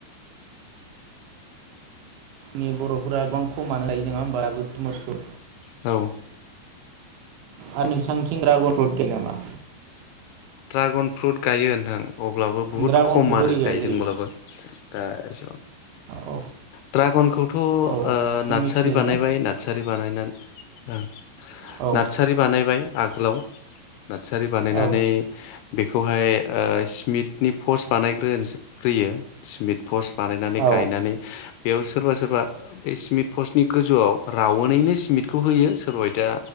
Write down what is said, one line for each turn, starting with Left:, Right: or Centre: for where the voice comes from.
Right: नि बर'फोरा गोबां खमानो लायो नङा होमबा दाबो थरमुसखौ।
Left: औ
Right: आरो नोंसांथिं रागर फोद दो नामा?
Left: ड्रागन फ्रुट गायो नोंथां। अब्लाबो बुहुद
Right: ड्रागनखौ
Left: खम
Right: बोरै
Left: आरो
Right: गायनाय
Left: गायदोंब्लाबो
Right: जायो
Left: दा एस
Right: औ
Left: ड्रागनखौथ' ओ
Right: औ नों
Left: नारसारि
Right: मिथियो
Left: बानायबाय
Right: दा
Left: नारसारि बानायनानै
Right: औ
Left: नार्सारि बानायबाय आगोलाव नारसारि बानायनानै
Right: औ
Left: बेखौहाय ओ सिमिटनि पस्ट बानायग्रोनोज ग्रोयो सि्मिट पस्ट बानायनानै
Right: औ
Left: गायनानै बेयाव सोरबा सोरबा बे सिमिन्ट पस्टनि गोजौआव रावोनैनो सिमिन्टखौ होयो सोरबा दा